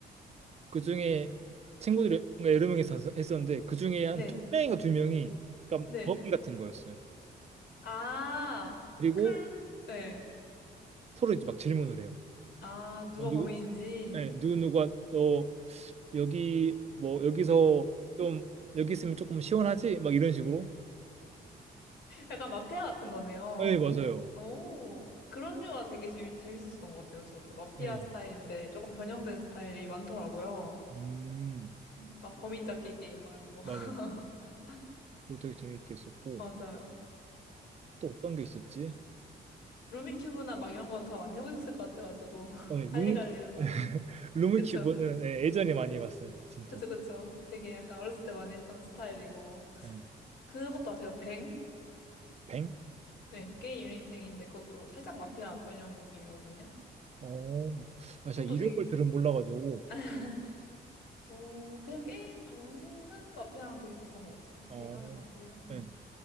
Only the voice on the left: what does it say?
네.
네.
네.
아,
클, 네.
아, 누가
범인인지.
약간 마피아 같은 거네요.
오, 그런 류가 되게 재미, 재밌었던 것 같아요. 저도 마피아
스타일인데 조금 변형된 스타일이 많더라고요.
음. 막 범인 잡기 게임 막 이런 거.
<laughs>
맞아요.
루미큐브나 막 이런 건 다 많이 해보셨을 것 같아가지고. <laughs>
할리갈리 이런 거는.
그쵸.
그쵸, 그쵸. 되게 약간 어렸을 때 많이 했던 스타일이고.
그것도 아세요? 뱅?
네. 게임 이름이 뱅인데 그것도 살짝 마피아 변형 느낌이거든요.
그것도
되게
<laughs> 어, 그냥 게임 방식은 마피아랑 되게 비슷한 것 같아요.
게임하는 방식은. 음.